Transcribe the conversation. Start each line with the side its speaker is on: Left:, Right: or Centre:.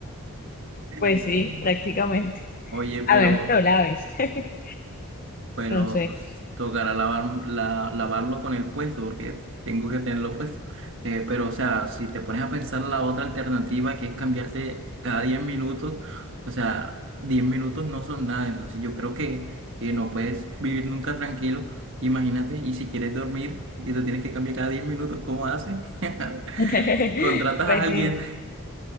Left: Pues
Right: <laughs>
Left: sí, prácticamente.
Right: Oye, pero
Left: A ver, pero la ves. <laughs>
Right: Bueno,
Left: No sé.
Right: s- tocará lavar, la- lavarlo con el puesto porque tengo que tenerlo puesto. Eh, pero, o sea, si te pones a pensar la otra alternativa que es cambiarte cada 10 minutos, o sea, 10 minutos no son nada. Entonces, yo creo que, que no puedes vivir nunca tranquilo. Imagínate, y si quieres dormir y te tienes que cambiar cada 10 minutos, ¿cómo haces? <laughs>
Left: <laughs>
Right: Contratas
Left: Pues
Right: a alguien.
Left: sí,